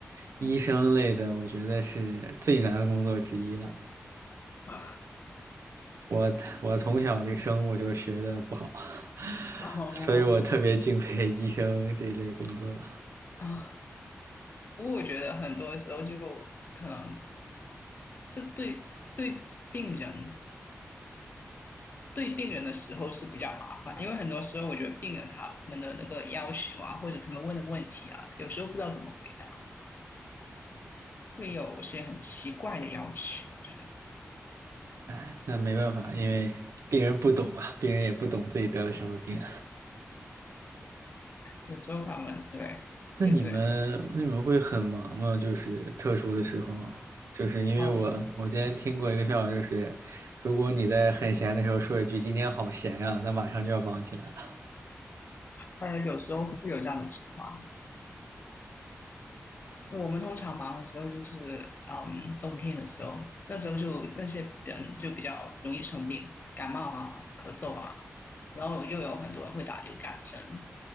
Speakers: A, on the right; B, on the left.
A: 医生类的，我觉得是最难的工作之一了。
B: 忙。
A: 我我从小这个生物就学的不好，
B: 然后
A: <laughs> 所以我特别敬佩医生这一类工作。
B: 啊，不过我觉得很多时候就可能是对对病人对病人的时候是比较麻烦，因为很多时候我觉得病人他们的那个要求啊，或者他们问的问题啊，有时候不知道怎么回答，会有些很奇怪的要求这样子。
A: 哎，那没办法，因为病人不懂啊，病人也不懂自己得了什么病。
B: 有时候他们对也对
A: 那你们那你们会很忙吗？就是特殊的时候，就是因为我我今天听过一个笑话，
B: 哦，
A: 就是如果你在很闲的时候说一句“今天好闲呀、那马上就要忙起来了，
B: 呃，有时候会有这样的情况。我们通常忙的时候就是嗯，冬天的时候，那时候就那些人就比较容易生病，感冒啊、咳嗽啊，然后又有很多人会打流感针，